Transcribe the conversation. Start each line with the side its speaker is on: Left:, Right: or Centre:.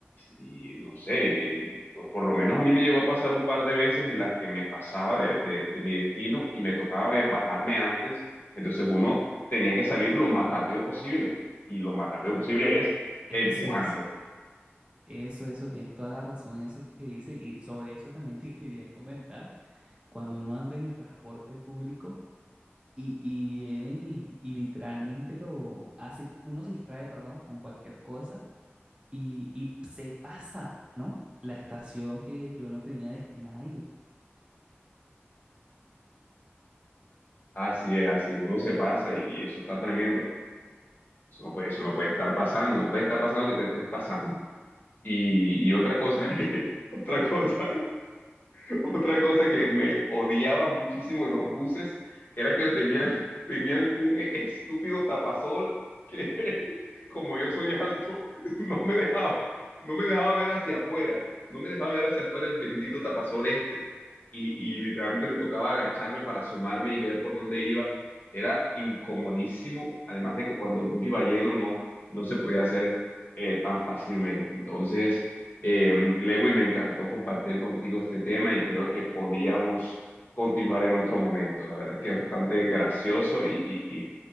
Left: y no sé, pues por lo menos a mí me llegó a pasar un par de veces en las que me pasaba de, de- de mi destino y me tocaba ve- bajarme antes, entonces uno tenía que salir lo más rápido posible y lo más rápido posible es
Right: Eso,
Left: empujando.
Right: eso, eso, eso, tienes toda la razón en eso que dices y sobre eso también te <laughs> quería comentar, cuando uno anda en el transporte público y, y vienen y, y literalmente lo hace, uno se distrae, perdón, con cualquier cosa y, y se pasa, ¿no? La estación que, que uno tenía destinada a ir.
Left: Así es, así es, uno se pasa y eso está tremendo porque eso no puede, eso no puede estar pasando, no puede estar pasando que te estés pasando. Y, y otra cosa que, <laughs> otra cosa <laughs> Otra cosa que me odiaba muchísimo de los buses era que tenían, tenían un estúpido tapasol que, <laughs> como yo soy alto, <laughs> no me dejaba, no me dejaba ver hacia afuera, no me dejaba ver hacia afuera el bendito tapasol este. Y, y literalmente me tocaba agacharme para asomarme y ver por dónde iba. Era incomodísimo, además de que cuando el bus iba lleno no, no se podía hacer eh, tan fácilmente. Entonces... Eh, Lewy, me encantó compartir contigo este tema y creo que podíamos continuar en otro momento. La verdad es que es bastante gracioso y, y- y-